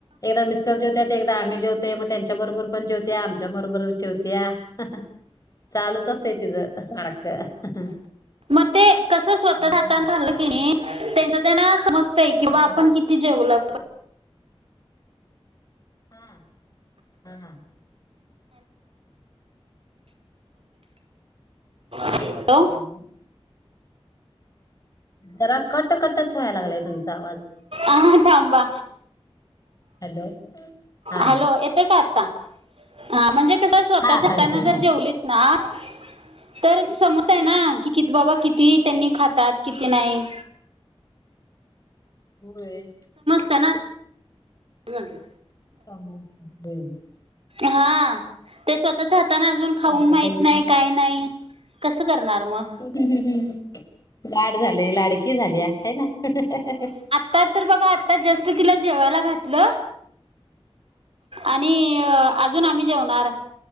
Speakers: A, on the left (about 35°); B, on the right (about 65°).
A: एकदां मिस्टर जेवत्यां एकदां आम्हीं जेवतंय मंग त्यांच्या बरोबर पणं जेवत्यां आमच्यां बरोबर जेवत्यां चालूंच असतें तिचं सारखं
B: मंग ते कसं स्वंतः
A: हम्म
B: हातानं खाल्लं की नाहीं त्यांचं त्यांनां संमत समजते किंव्हा
A: हा
B: आपणं किती जेवलं
A: हम्मं हम्मं
B: हॅलो
A: हॅलो <unintelligible> जरां कंट कटचं व्हायंला लागलंय त्यांचा आवांज
B: अहं थांबा
A: हॅलो हा
B: हॅलो येतं कां आतां हां म्हणजे कसं स्वंतः
A: हा आता
B: हाताने
A: येतोय
B: जर
A: बघा
B: जेवलेचं नां तरं समजतं नां
A: हम्म
B: कि किती बाबां किती किती त्यांनी खांतात किती नाहीं
A: होयं
B: चलानां कुठं चाले
A: हम ह <unintelligible>
B: हां ते स्वंतःच्यां हातांने अजूंन खाऊंन
A: चाललं
B: माहित
A: तरी पण
B: नाहीं कायं नाहीं कसं करणारं मंग
A: हम्मं हमं लांड झालीं लाडकी झालीं हं नां
B: त्यां तरं बघां आत्ता जस्तं तिला जेवांयला घातलं आणि अजूंन आम्हीं जेवणांर